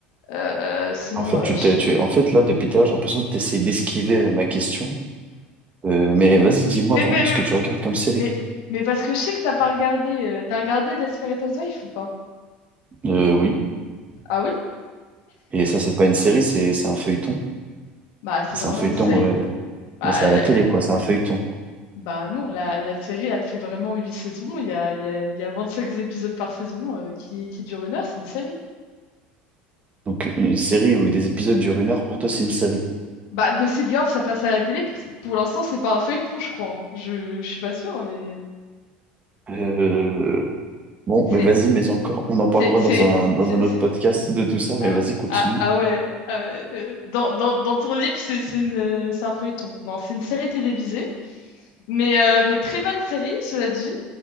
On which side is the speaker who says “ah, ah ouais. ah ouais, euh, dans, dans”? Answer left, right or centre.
Left